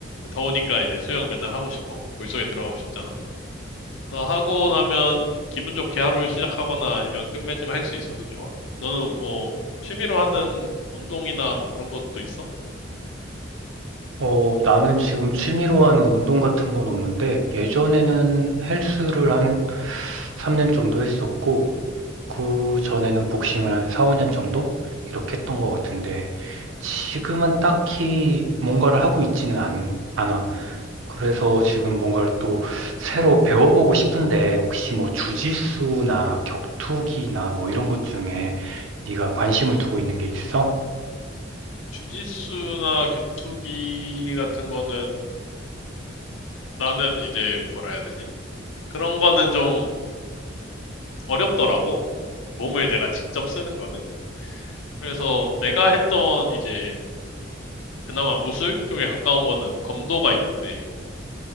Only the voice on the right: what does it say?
어, 나는 지금 취미로 하는 운동 같은 건 없는데, 예전에는 헬스를 한 3년 정도 했었고, 그 전에는 복싱을 한 4, 5년 정도 이렇게 했던 것 같은데 지금은 딱히 뭔가를 하고 있지는 않, 않아. 그래서 지금 뭔가를 또 새로 배워보고 싶은데 혹시 뭐 주짓수나 격투기나 뭐 이런 것 중에 네가 관심을 두고 있는 게 있어?